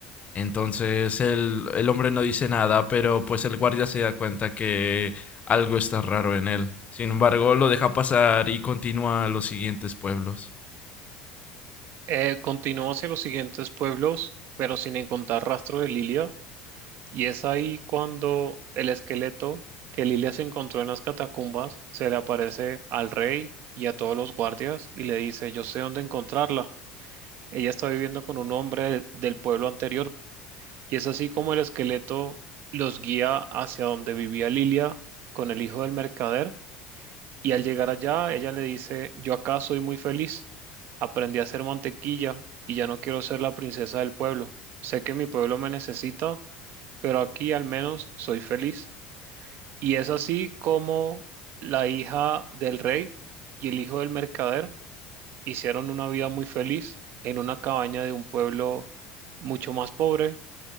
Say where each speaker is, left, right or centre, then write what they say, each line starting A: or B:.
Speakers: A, on the left; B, on the right.
A: Entonces el, el hombre no dice nada, pero pues el guardia se da cuenta que algo está raro en él. Sin embargo, lo deja pasar y continúa a los siguientes pueblos.
B: Eh, continuó hacia los siguientes pueblos, pero sin encontrar rastro de Lilia. Y es ahí cuando el esqueleto que Lilia se encontró en las catacumbas se le aparece al rey y a todos los guardias y le dice, yo sé dónde encontrarla. Ella está viviendo con un hombre del del pueblo anterior. Y es así como el esqueleto los guía hacia donde vivía Lilia con el hijo del mercader. Y al llegar allá, ella le dice, yo acá soy muy feliz. Aprendí a hacer mantequilla y ya no quiero ser la princesa del pueblo. Sé que mi pueblo me necesita pero aquí al menos soy feliz. Y es así como la hija del rey y el hijo del mercader hicieron una vida muy feliz en una cabaña de un pueblo mucho más pobre,